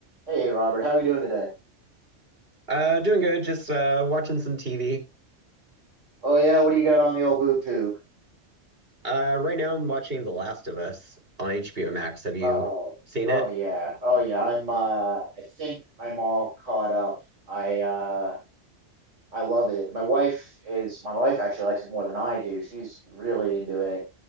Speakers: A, on the right; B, on the right.
A: Hey, Robert, how are you doing today?
B: Uh, doing good. Just uh, watching some TV.
A: Oh yeah, what do you got on the old boob tube?
B: Uh, right now I'm watching The Last of Us on HBO Max. Have you
A: Oh,
B: seen
A: oh
B: it?
A: yeah, oh yeah. I'm uh, I think I'm all caught up. I uh, I love it. My wife is my wife actually likes it more than I do. She's really into it.